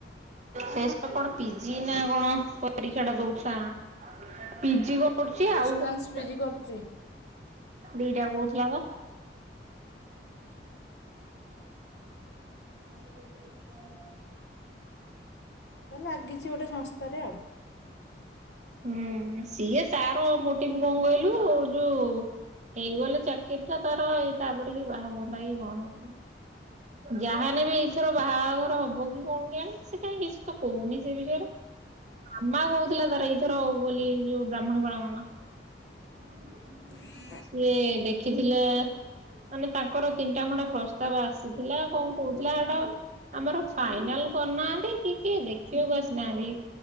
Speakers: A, on the right; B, on the left.
A: ସେ କଣ ପିଜି ନା କଣ ପରୀକ୍ଷାଟା ଦେଉଥିଲା। ପିଜି କରୁଛି
B: ଡିଷ୍ଟାନ୍ସ
A: ଆଉ
B: ପିଜି
A: <inaudible>
B: କରୁଛି
A: ଦିଟା କହୁଥିଲା ବା। <unintelligible>
B: ଲାଗିଛି ଗୋଟେ ସଂସ୍ଥାରେ ଆଉ।
A: ହୁଁ ସିଏ ତାର ମୋଟିଭ କଣ କହିଲୁ ଯୋଉ ହେଇଗଲେ ଚାକିରି ଟା ତାର ଏଇ ତାପରେ କି ବାହା ହୁଅନ୍ତା କି କଣ ବୋଧେ। ଯାହାନେ ବି ଏଇଥର ବାହାଘର ହବ କି କଣ କିଆଣି ସେ କାହିଁକ କିଛି ତ କହୁନି ସେ ବିଷୟରେ, ମାମା କହୁଥିଲା ତାର ଏଇଥର ବୋଲି ଯୋଉ ବ୍ରାହ୍ମଣୀ ପାଳ ମାମା। <unintelligible>
B: <unintelligible>
A: ସିଏ ଦେଖିଥିଲେ ମାନେ ତାଙ୍କର ତିନିଟା ଖଣ୍ଡେ ପ୍ରସ୍ତାବ ଆସିଥିଲା କଣ କହୁଥିଲା ଏଟା ଆମର ଫାଇନାଲ କରିନାହାନ୍ତି, କି କିଏ ଦେଖିବାକୁ ଆସିନାହାନ୍ତି।